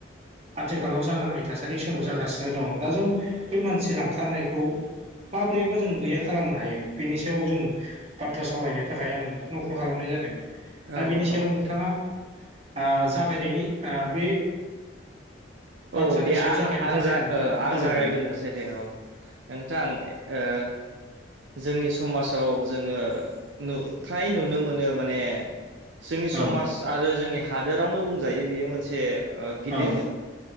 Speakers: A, on the right; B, on the right.
A: आथिखालाव जानाङै थासारि समाव जागासिनो दं दा जों बे मानसि लांखारनायखौ माब्रैबा जों गैया खालामनो हायो बेनि सायाव जों बाथ्रा सावरायनो थाखाय आं नोंथांनाव कल खालामनाय जादों दा
B: औ
A: बेनि सायाव
B: औ
A: नों थाङा आ जागायनायनि आ बे बाथ्रानि
B: औ दे
A: सायाव
B: आ
A: जागायनो
B: आ आं
A: थाखाय
B: जा
A: नोंथांखौ
B: ओ आं
A: खावलायबाय
B: जागायगोरनोसै दे औ नोंथां ओ जोंनि समाजाव जोङो नु फ्राय नुनो मोनो माने जोंनि समाज
A: औ
B: आरो जोंनि हादोरावनो बुंजायो बेयो मोनसे गिदिर
A: औ